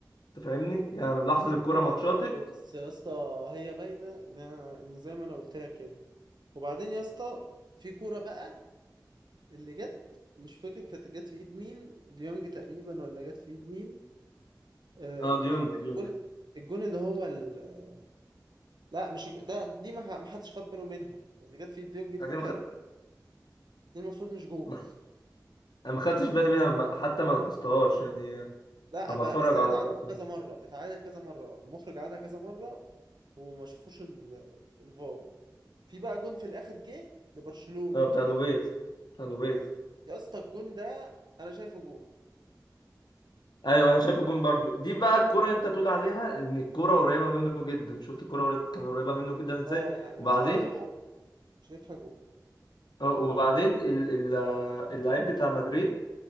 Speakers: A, on the left; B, on the right.
A: انت فاهمني يعني من لحظة
B: وجهة
A: الكرة
B: نظر
A: ما اتشاطت
B: برضه بس يا اسطى هي باينة ان ان زي ما انا قلت لك كده وبعدين يا اسطى في كورة بقى اللي جت مش فاكر كانت جت في ايد مين ديونج تقريبا ولا جت في ايد مين آه
A: اه ديونج
B: الجون
A: ديونج
B: الجون اللي هو ال... لا مش الج- ده دي ما ما حدش خد باله منها اللي جت في ايد ديونج دي
A: انا
B: كانت
A: ما خدت
B: دي المفروض مش جون
A: ما- انا ما خدتش بالي منها ما- حتى ما لاحظتهاش يعني
B: لا
A: انا
B: ب-
A: بتفرج
B: بس هي
A: على
B: اتعادت
A: اللقطة
B: كذا مرة اتعادت كذا مرة المخرج عادها كذا مرة وما شافوش ال- الفار في بقى جون في الآخر جه لبرشلونة
A: اه بتاع لوبيز بتاع لوبيز
B: يا اسطى الجون ده أنا شايفه جون
A: ايوه انا شايفه جون برضو دي بقى الكرة اللي انت تقول عليها ان الكرة قريبة منه جدا شفت الكرة قريب- كان قريبة منه جدا ازاي
B: اه يعني
A: وبعدين
B: بصراحة شايفها جون
A: اه وبعدين ال- ال- آه، اللعيب بتاع مدريد